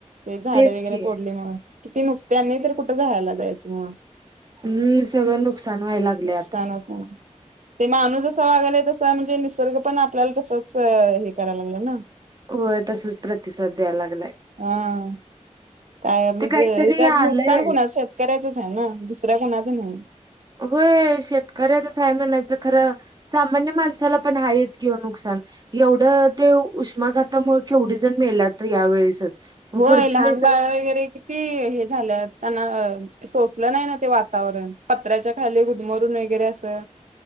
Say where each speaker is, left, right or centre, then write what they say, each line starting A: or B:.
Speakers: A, on the right; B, on the right.
A: ते झाडं
B: तेच
A: वगैरे
B: की
A: तोडली म्हनून. किती नुकसांन त्यांनी तर कुठं राहा यला जायचं मग.
B: हम्म सगळं नुकसान व्हाय लागलंय
A: नुकसान
B: आता.
A: होत ते माणू जस वागालागलय तस म्हणजे निसर्ग पण आपल्याला तसच हे करायला लागलं ना.
B: वय तसच प्रतिसाद द्याय लागलाय.
A: हा काय म्हणजे
B: ते काहीतरी
A: ह्याच्यात
B: आलंय
A: नुकसान कुणाच. शेतकऱ्याचच आहे ना दुसऱ्या कुणाचं नाही.
B: होय शेतकऱ्याच हाय म्हणायचं. खरं सामान्य माणसाला पण आहेच की नुकसान. एवढं ते उष्माघातामुळे केवढीजण मेल्यात तर या वेळेसच. मग
A: होय
B: पुढच्या
A: लहान
B: वेळी
A: बाळ वगैरे किती हे झाल्यात त्यांना सो नाही ना ते वातावरण पत्र्याच्या खाली हुदमरून वगैरे असं